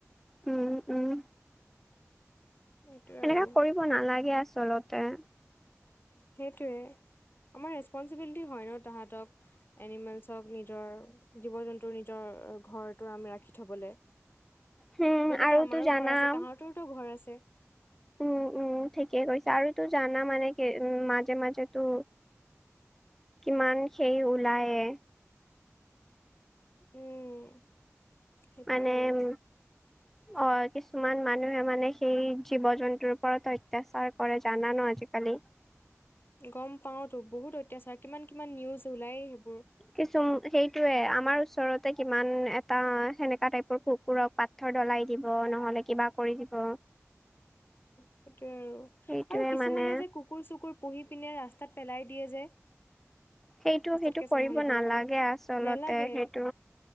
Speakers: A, in the centre; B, on the left.
A: উম, উম।
B: সেইটোৱে
A: এনেকা
B: আৰু
A: কৰিব নালাগে আচলতে।
B: সেইটোৱে, আমাৰ ৰেচপনচিবিলিটি হয় ন তাহাঁতক এনিমেলছক নিজৰ, জীৱ জন্তুৰ নিজৰ ঘৰ <unintelligible> ৰাখি থ'বলে,
A: উম
B: যেনেকে
A: আৰু
B: আমাৰো
A: তো জানা
B: ঘৰ আছে, তাঁহাতৰতো ঘৰ আছে।
A: উম, উম, ঠিকেই কৈছা আৰুটো জানা মানে কি উম, মাজে মাজেতো কিমান সেই ওলায়ে।
B: উম সেইটোয়ে
A: মানে
B: আৰু
A: উম
B: <inaudible>
A: অ', কিছুমান মানুহে মানে সেই জীৱ জন্তুৰ ওপৰত অত্যাচাৰ কৰে জানান আজিকালি।
B: গম পাওঁতো বহুত অত্যাচাৰ, কিমান কিমান নিউজ ওলাইয়ে সেইবোৰ।
A: কিছুম সেইটোয়ে, আমাৰ ওচৰতে কিমান এটা সেনেকা টাইপৰ কুকুৰক পাত থৰ ডলাই দিব নহ'লে কিবা কৰি দিব।
B: সেইটোয়ে আৰু,
A: সেইটোয়ে
B: আৰু কিছুমানে
A: মানে
B: যে কুকুৰ চুকুৰ পুহি পিনে ৰাস্তাত পেলাই দিয়ে যে।
A: সেইটো
B: পাছতকে
A: সেইটো কৰিব
B: চম্ভালিব
A: নালাগে
B: নোৱাৰি,
A: আচলতে
B: নেলাগে।
A: সেইটো